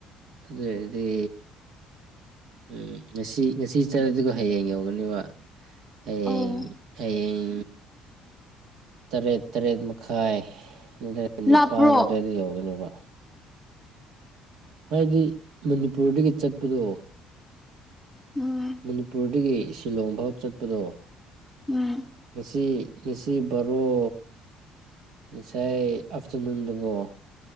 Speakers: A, on the right (about 65°); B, in the centre.
A: ꯑꯗꯨ ꯑꫭꯏꯗꯤ ꯎꯝ ꯉꯁꯤ ꯉꯁꯤ ꯆꯠꯂꯗꯤꯀꯣ ꯍꯌꯦꯡ ꯌꯧꯒꯅꯤꯕ ꯍꯌꯦꯡ
B: ꯑꯣ
A: ꯍꯌꯦꯡ ꯇꯔꯦꯠ ꯇꯔꯦꯠ ꯃꯈꯥꯏ ꯑꯗꯨ ꯅꯤꯄꯥꯜ
B: ꯂꯥꯞꯄ꯭ꯔꯣ
A: ꯑꯗꯨꯋꯥꯏꯗ ꯌꯧꯒꯅꯦꯕ ꯍꯥꯏꯗꯤ ꯃꯅꯤꯄꯨꯔꯗꯒꯤ ꯆꯠꯄꯗꯣ
B: <unintelligible>
A: ꯃꯅꯤꯄꯨꯔꯗꯒꯤ ꯁꯤꯂꯣꯡꯐꯥꯎ ꯆꯠꯄꯗꯣ
B: ꯎꯝ
A: ꯉꯁꯤ ꯉꯁꯤ ꯕꯥꯔꯣ ꯉꯁꯥꯏ ꯑꯥꯞꯇꯔꯅꯨꯟꯗꯒꫭ